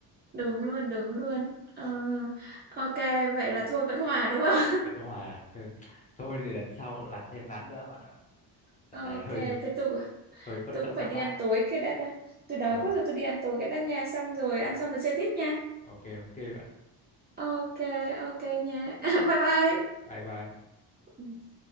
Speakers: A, on the right; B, on the left.
A: đúng luôn đúng luôn Ờ, ok vậy là thôi vẫn hòa đúng không
B: bất hòa thôi, thôi thì lần sau làm thêm ván nữa bạn ạ
A: <laughs>
B: lần
A: ok
B: này hơi
A: tiếp tục
B: hơi bất
A: tôi
B: phân
A: cũng
B: thắng
A: phải đi
B: bại
A: ăn tối cái đã đã tôi đói
B: ờ
A: quá rồi tôi đi ăn tối cái đã nha xong rồi ăn xong rồi chơi tiếp nha
B: ok ok bạn
A: ok ok nha <laughs> bye bye
B: bye bye
A: <laughs>